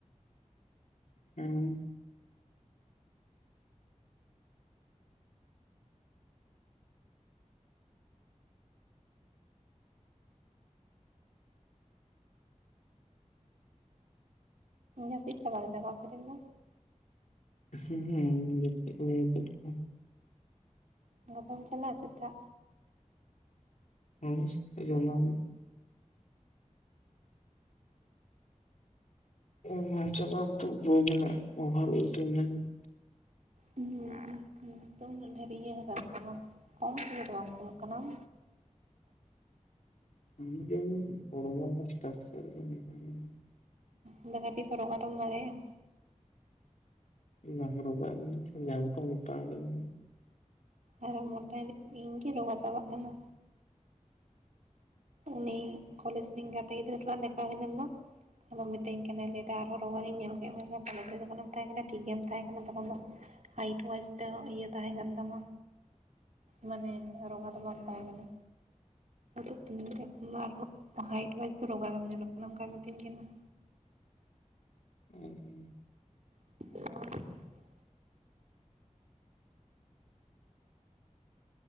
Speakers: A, on the left; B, on the right.
A: ᱦᱩᱸ
B: ᱡᱟᱹᱯᱤᱫ ᱪᱟᱵᱟ ᱠᱮᱫᱟ ᱠᱚ ᱟᱯᱮ ᱨᱮᱱ ᱫᱚ?
A: ᱦᱮᱸ ᱡᱟᱹᱯᱤᱫ ᱦᱩᱭ ᱟᱠᱟᱫ ᱠᱚ
B: ᱜᱟᱯᱟᱢ ᱪᱟᱞᱟᱜᱼᱟ ᱥᱮᱛᱟᱜ?
A: <unintelligible> ᱤᱧ ᱢᱟ ᱪᱟᱞᱟᱣ ᱛᱚ ᱵᱟᱹᱧ <unintelligible> ᱚᱵᱷᱟᱨ ᱰᱤᱭᱩᱴᱤ ᱢᱮᱱᱟᱹᱧ
B: ᱦᱩᱸ ᱦᱩᱸ ᱛᱚ ᱩᱱᱟᱹᱜ ᱰᱷᱮᱨ ᱤᱭᱟᱹ ᱟᱠᱟᱱ ᱛᱟᱢᱟ ᱠᱚᱢ ᱛᱮᱜᱮ ᱫᱚ ᱵᱟᱝ ᱠᱚᱢᱚᱜ ᱠᱟᱱᱟ ᱟᱢ
A: ᱠᱤ ᱡᱟᱱᱤ ᱦᱚᱲᱢᱚ ᱨᱮ ᱫᱚ ᱪᱮᱠᱟ ᱛᱮᱪᱚ <unintelligible> ᱼᱼ
B: ᱟᱫᱚ ᱠᱟᱴᱤᱡ ᱛᱚ ᱨᱚᱜᱟ ᱛᱚᱢ ᱫᱟᱲᱮᱭᱟᱜᱼᱟ
A: ᱵᱟᱝ ᱨᱚᱜᱟᱜ ᱟᱹᱧ ᱡᱟᱱᱤᱡ ᱡᱟᱝ ᱠᱚ ᱢᱳᱴᱟ ᱟᱠᱟᱱᱟᱹᱧ
B: ᱟᱨ ᱢᱳᱴᱟ ᱤᱫᱤ ᱤᱧᱜᱮ ᱨᱚᱜᱟ ᱪᱟᱵᱟᱜ ᱠᱟᱱᱟ ᱩᱱᱤ ᱠᱚᱞᱮᱡᱽ ᱨᱮᱱᱤᱧ ᱜᱟᱛᱮ ᱜᱤᱫᱽᱨᱟᱹ ᱥᱟᱞᱟᱜ ᱫᱮᱠᱷᱟ ᱦᱩᱭ ᱞᱮᱱ ᱫᱚ ᱟᱫᱚ ᱢᱤᱛᱟᱹᱧ ᱠᱟᱱᱟᱭ ᱟᱨᱦᱚᱸ ᱨᱚᱜᱟ ᱜᱤᱧ ᱧᱮᱞ ᱠᱮᱫ ᱢᱮ ᱫᱚ ᱠᱚᱞᱮᱡᱽ ᱨᱮ ᱡᱚᱠᱷᱚᱱᱮᱢ ᱛᱟᱦᱮᱸ ᱠᱟᱱᱟ ᱴᱷᱤᱠ ᱜᱮᱢ ᱛᱟᱦᱮᱸ ᱠᱟᱱᱟ ᱛᱚᱠᱷᱚᱱ ᱫᱚ ᱦᱟᱭᱤᱴ ᱢᱚᱡᱽ ᱛᱮ ᱤᱭᱟᱹ ᱛᱟᱦᱮᱸ ᱠᱟᱱ ᱛᱟᱢᱟ ᱢᱟᱱᱮ ᱨᱚᱜᱟ ᱫᱚ ᱵᱟᱢ ᱛᱟᱦᱮᱸ ᱠᱟᱱᱟ ᱮᱠᱷᱚᱱ ᱫᱚ ᱟᱨᱦᱚᱸ ᱦᱟᱭᱤᱴ ᱚᱣᱟᱭᱤᱡ ᱫᱚ ᱨᱚᱜᱜᱟ ᱫᱚᱢ ᱧᱮᱞᱚᱜ ᱠᱟᱱᱟ ᱚᱱᱠᱟᱭ ᱢᱤᱛᱟᱹᱧ ᱠᱟᱱᱟᱭ
A: ᱩᱸᱻ
B: <inaudible>